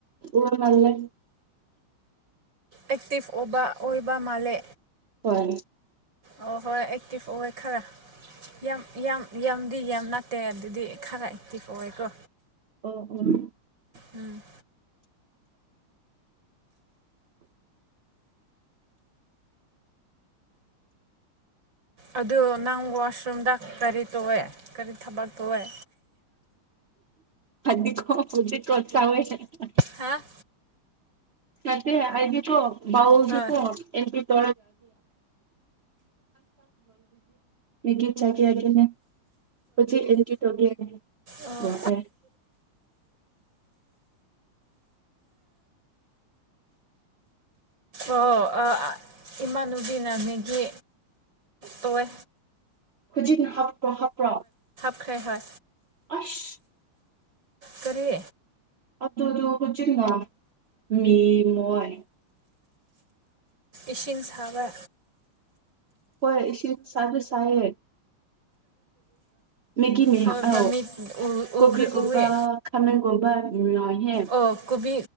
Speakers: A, on the right; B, on the right.
A: ꯑꯣꯏꯃꯜꯂꯦ
B: ꯑꯦꯛꯇꯤꯞ ꯑꯣꯏꯕ ꯑꯣꯏꯕ ꯃꯥꯜꯂꯦ
A: ꯍꯣꯏ
B: ꯑꯣ ꯍꯣꯏ ꯑꯦꯛꯇꯤꯚ ꯑꯣꯏ ꯈꯔ ꯌꯥꯝ ꯌꯥꯝ ꯌꯥꯝꯗꯤ ꯌꯥꯝ ꯅꯠꯇꯦ ꯑꯗꯨꯗꯤ ꯈꯔ ꯑꯦꯛꯇꯤꯚ ꯑꯣꯏꯀꯣ
A: <inaudible>
B: ꯎꯝ ꯑꯗꯨ ꯅꯪ ꯋꯥꯁꯔꯨꯝꯗ ꯀꯔꯤ ꯇꯧꯑꯦ ꯀꯔꯤ ꯊꯕꯛ ꯇꯧꯑꯦ?
A: ꯐꯗꯤꯀꯣ ꯍꯧꯖꯤꯛꯀꯣ ꯇꯧꯋꯦ <unintelligible>
B: ꯍꯥ
A: ꯅꯠꯇꯦ ꯍꯥꯏꯗꯤꯀꯣ ꯕꯥꯎꯗꯤꯀꯣ
B: ꯍꯣꯏ
A: ꯑꯦꯀꯇꯤꯞ <unintelligible> ꯍꯧꯖꯤꯛ ꯏꯟꯒꯤ ꯇꯧꯔꯤꯌꯦ ꯎꯝ
B: ꯑꯣ
A: ꯌꯥꯗꯦ <inaudible>
B: ꯑꯣ ꯏꯃꯥꯟꯅꯨꯕꯤꯅꯅꯦꯒꯤ ꯇꯣꯏ
A: ꯍꯨꯖꯤꯛ ꯍꯥꯞꯄ꯭ꯔꯣ ꯍꯥꯞꯄ꯭ꯔꯣ
B: ꯈ꯭ꯔꯦ ꯍꯣꯏ
A: ꯑꯁ
B: ꯀꯔꯤ
A: ꯑꯗꯨꯗꯣ ꯍꯨꯖꯤꯛ ꯂꯥꯛꯃꯤ ꯉꯣꯏ
B: ꯏꯁꯤꯡ ꯁꯥꯕ
A: ꯍꯣꯏ ꯏꯁꯤꯡ ꯁꯥꯕꯤ ꯁꯥꯏꯌꯦ ꯃꯦꯒꯤ ꯃꯤ
B: ꯍꯣꯏ
A: ꯑꯧ
B: ꯃꯃꯤꯠ
A: ꯀꯣꯕꯤꯒꯨꯝꯕ
B: ꯎꯈꯔ꯭ꯦ ꯎꯔꯦ
A: ꯈꯥꯃꯦꯟꯒꯨꯝꯕ ꯌꯥꯏꯍꯦ
B: ꯑꯣ ꯀꯣꯕꯤ